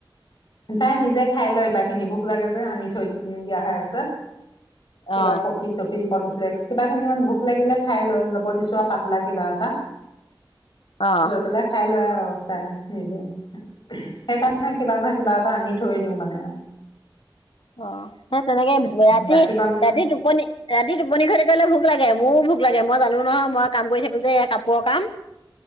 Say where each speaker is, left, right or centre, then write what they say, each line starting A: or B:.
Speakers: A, on the left; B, on the left.
A: তাই নিজে খাই লয়, কিবা খিনি ভোক লাগে যে আনি থৈ দিয়া হৈ আছে। কিবা
B: অহ
A: কফি চফি ক কিবা খিনি, মানে ভোক লাগিলে খাই লৈ ল'ব দিছো পাতলা কিবা এটা
B: অহ
A: লৈ পেলাই খাই লৈ আও, তাই নিজে, সেইকাৰণে কিবা নহই কিবা কিবা এটা আনি থৈ দিওঁ মানে আও
B: অ সেই তেনেকে ৰাতি,
A: গাখীৰকণ
B: ৰাতি টোপনি ৰাতি টোপনি খতি কৰিলে ভোক লাগিব মোৰো ভোক লাগে মই জানো নহয়, মই কাম কৰি থাকো যে কাপোৰৰ কাম,